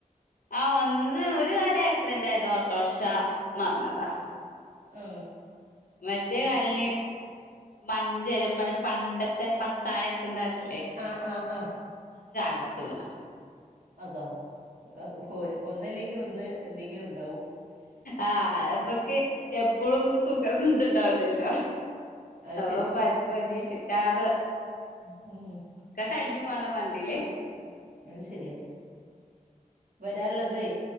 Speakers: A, on the left; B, on the right.
A: ആഹ ഒന്ന് ഒരു കാലം ആക്സിഡന്റ് ആയത്ോ ഓട്ടോഷ മറഞ്ഞതാ
B: ഓ
A: മറ്റേ കാലിന് മഞ്ചര പറ പണ്ടത്തെ പത്തായ ഒക്കെ ഉണ്ടല്ലോ
B: ആഹ് ആഹ് ആഹ
A: അതൊക്കെ വണ
B: അതാ പോ ഒന്നല്ലെങ്കിൽ ഒന്ന് എന്തെങ്കിലും ഉണ്ടാവും
A: ആഹ <unintelligible> എപ്പോഴുംന്നും ഇപ്പോ സുഖസം ഇന്തണ്ടാവില്ലല്ലോ
B: അത്
A: അ പ പ്രതീക്ഷ കാത്
B: ഹം
A: കഴിഞ്ഞു പോകണം പറഞ്ഞില്ലേ
B: അത് ശരിയാ വരാനുള്ളത്